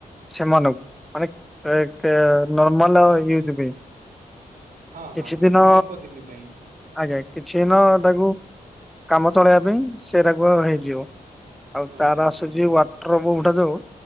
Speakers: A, in the centre; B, on the right.
A: ସେମାନଙ୍କୁ ମାନେ ଏ କେ ନର୍ମାଲ ଉଜ ପାଇ
B: ହଁ ହଁ
A: କିଛି ଦିନ
B: ହଁ ମାନେ ଅଳ୍ପ ଦିନ ପାଇଁ
A: ଆଜ୍ଞା କିଛି ଦିନ ତାକୁ କାମ ଚଳେଇବା ପାଇଁ ସେରାକୁ ହେଇଯିବ ଆଉ
B: ହଁ
A: ତାର
B: ହଁ
A: ଆସୁଛି
B: ହଁ ହଁ
A: ୱାଟର ବୋଡା ଯୋଉ